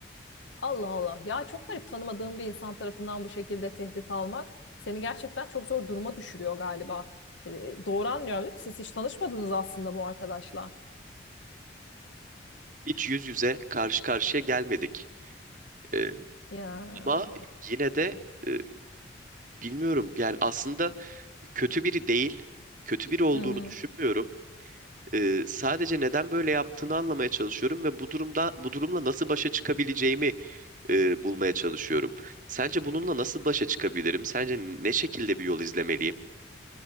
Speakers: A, on the left; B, on the right.
A: Allah Allah. Ya çok garip tanımadığım bir insan tarafından bu şekilde tehdit almak seni gerçekten çok zor duruma düşürüyor galiba. E, doğru anlıyorum değil mi? Siz hiç tanışmadınız aslında bu arkadaşla.
B: Hiç yüz yüze karşı karşıya gelmedik. E,
A: Ya.
B: ama yine de e, bilmiyorum yani aslında kötü biri değil, kötü biri olduğunu
A: Hı hı.
B: düşünmüyorum. Ee, sadece neden böyle yaptığını anlamaya çalışıyorum ve bu durumda bu durumla nasıl başa çıkabileceğimi e, bulmaya çalışıyorum. Sence bununla nasıl başa çıkabilirim? Sence ne şekilde bir yol izlemeliyim?